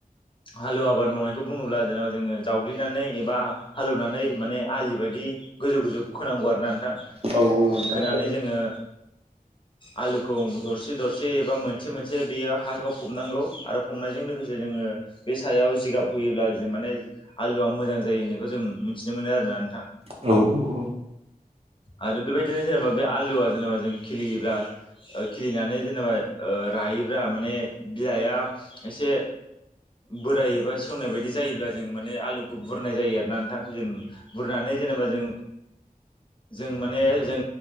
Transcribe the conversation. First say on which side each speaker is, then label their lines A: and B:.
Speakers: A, on the left; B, on the right.
A: हालव आबाद मावनायखौ बुङोब्ला जेनेबा जोङो जावग्लिनानै एबा हालेवनानै माने आलि बायदि बिदि गोजौ गोजौ खोनांगौ आरोना नोंथां
B: औ नोंथां
A: खोनानै जोङो। आलुखौ दरसे दरसे एबा मोनसे मोनसे बेयो हा सिंङाव फबनांगौ आरो फबनायजों लोगोसे जोङो बे सायाव जिगाब फयोब्ला जों माने आलुआ मोजां जायो होननायखौ जों मिथिनो मोनो आरोना नोंथां।
B: औ औ औ।
A: आरो बेबायदिनो जेनेबा बे आलुआ जेनेबा जों खिलियोब्ला ओ खिलिनानै जेनेबा ओ रायोब्ला माने बिलाइआ एसे बोरायोबा सेवनाय बायदि जायोब्ला जों माने आलुखौ बुरनाय जायो आरोना नोंथां जों बुरनानै जेनेबा जों जों माने जों